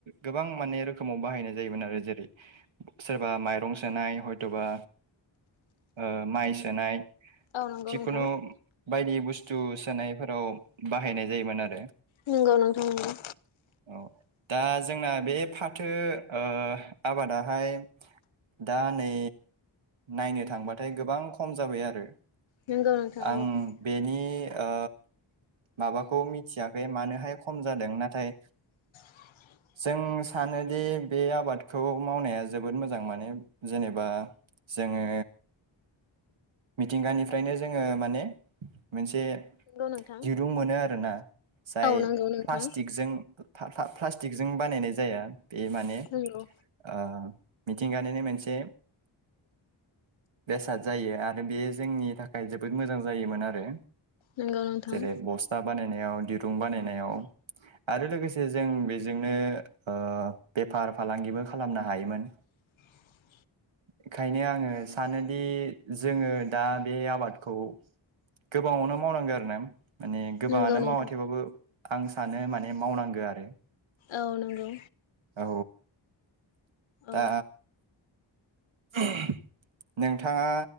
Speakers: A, on the right; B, on the left.
A: गोबां माने रोखोमाव बाहायनाय जायोमोन आरो जेरै सोरबा माइरं सोनाय हयथ'बा ओ माइ सोनाय
B: औ नंगौ
A: जिखुनु
B: नोंथां
A: बायदि बुस्थु सोनायफोराव बाहायनाय जायोमोन आरो
B: नोंगौ नोंथां नोंगौ
A: औ दा जोंना बे फाथो ओ आबादाहाय दा नै नायनो थांबाथाय गोबां खम जाबाय आरो
B: नंगौ नंगौ नोंथां औ
A: आं बेनि ओ माबाखौ मिथियाखै मानोहाय खम जादों नाथाय
B: <inaudible>
A: जों सानोदि बे आबादखौ मावनाया जोबोद मोजां माने जेनेबा जोङो मिथिंगानिफ्रायनो जोङो माने मोनसे
B: नंगौ नोंथां
A: दिरुं मोनो आरोना जाय
B: औ नंगौ नोंथां
A: प्लासटिकजों प्लासटिकजों बानायनाय जाया बे माने
B: नंगौ
A: आ मिथिंगानिनो मोनसे बेसाद जायो आरो बे जोंनि थाखाय जोबोद मोजां जायोमोन आरो
B: नोंगु नोंथां
A: जेरै बस्था बानायनायाव दिरुं बानायनायाव आरो लोगोसे जों बेजोंनो ओ बेफार फालांगिबो खालामनो हायोमोन
B: <inaudible>
A: ओंखायनो आङो सानोदि जोङो दा बे आबाद आबादखौ गोबाङावनो मावनांगौ आरो ना माने गोबाङानो
B: नंगौ नोंथां
A: मावा थेबाबो आं सानो माने मावनांगौ आरो
B: औ नंगौ
A: औ दा
B: औ
A: ओम नोंथाङा